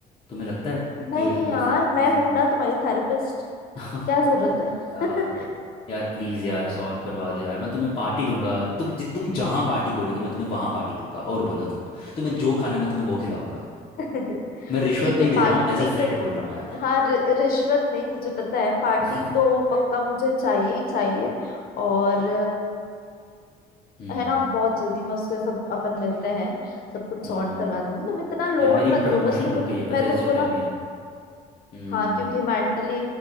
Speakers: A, on the left; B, on the left.
A: तुम्हें लगता है
B: नहीं
A: कि अगर
B: यार
A: कोई से- किसी
B: मैं हूं ना तुम्हारी थेरेपिस्ट
A: <laughs>
B: क्या जरूरत है
A: यार यार प्लीज़ यार सॉर्ट करवा दो यार मैं तुम्हें पार्टी दूंगा तुम जि, तुम जहाँ पार्टी बोलोगे मैं तुम्हें वहाँ पार्टी दूंगा और बोलो तुम तुम्हें जो खाना मैं तुम्हें वो खिलाऊंगा
B: <laughs>
A: मैं रिश्वत
B: ठीक
A: नहीं
B: है
A: दे
B: पार्टी
A: रहा हूँ एज ए फ्रेंड
B: तो
A: बोल रहा हूँ यार
B: हाँ रि- रिश्वत नहीं मुझे पता है पार्टी
A: <laughs>
B: तो पक्का मुझे चाहिए ही चाहिए और
A: हम्म
B: है ना बहुत जल्दी मैं उसके सब अपन मिलते हैं सब कुछ
A: हम्म
B: सॉर्ट करवा दूंगी तुम इतना लोड
A: यार मेरी प्रमोशन
B: मत लो बस तुम
A: रुक गई है
B: मैं
A: पता है
B: तुमको
A: इस चक्कर
B: ना
A: में हम्म
B: हाँ क्योंकि मेंटली